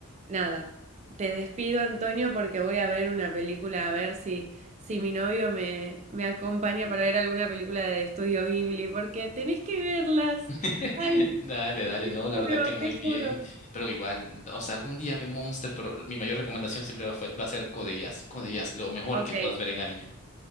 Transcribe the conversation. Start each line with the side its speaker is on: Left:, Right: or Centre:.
Right: nada, te despido Antonio porque voy a ver una película, a ver si, si mi novio me, me acompaña para ver alguna película de Estudio Ghibli, porque tenés que verlas.
Left: <laughs>
Right: Ay,
Left: Dale, dale,
Right: te
Left: no,
Right: juro,
Left: la verdad que muy
Right: te juro.
Left: bien, pero igual, o sea, algún día ve Monster, pero mi mayor recomendación siempre va, a fue- va a ser Code Geass, Code Geass, lo mejor
Right: Ok,
Left: que puedas ver en anime.